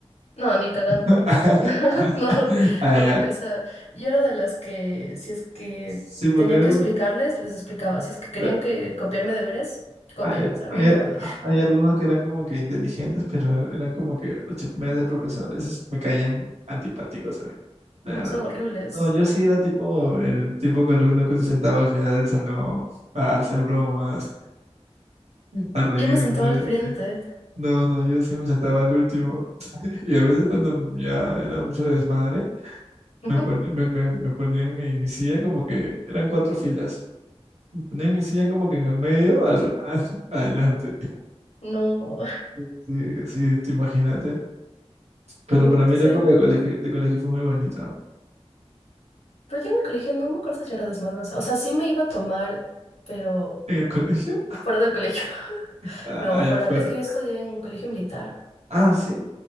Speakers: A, on the left (about 75°); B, on the right (about 80°).
A: No, ni cagando.
B: <laughs>
A: <laughs> No,
B: Ah,
A: horrible.
B: ya.
A: O sea, yo era de las que, si es que
B: Sí, porque
A: tenía
B: hay, algún-
A: que explicarles, les explicaba. Si es que querían
B: claro,
A: que copiarme deberes, copien.
B: hay,
A: O sea,
B: hay-
A: a mí me vale.
B: hay algunos que eran como que inteligentes, pero eran como que los chupamedias del profesor. Esos me caían antipáticos a mí, la
A: No,
B: verdad.
A: son horribles.
B: No, yo sí era tipo el tipo de alumno que se sentaba al final del salón a hacer bromas, a reírse.
A: Yo me sentaba al frente.
B: No, no, no, yo sí me sentaba al último. Y a veces cuando ya era mucho desmadre,
A: Ujú.
B: me, pone- me, me, me ponían mi, mi silla como que eran cuatro filas. Me ponían mi silla como que en el medio, al, re- <laughs> adelante.
A: No,
B: Sí, sí, te imagínate.
A: <laughs>
B: Pero
A: no,
B: para mí
A: yo
B: la
A: sé.
B: época de colegio, de colegio fue muy bonita.
A: Pero yo en el colegio no me acuerdo si era desmadrosa. O sea, sí me iba a tomar, pero
B: ¿En el colegio?
A: fuera del colegio. <laughs>
B: Ah,
A: No,
B: allá
A: fuera.
B: afuera.
A: Es que yo estudié en colegio militar.
B: Ah, sí.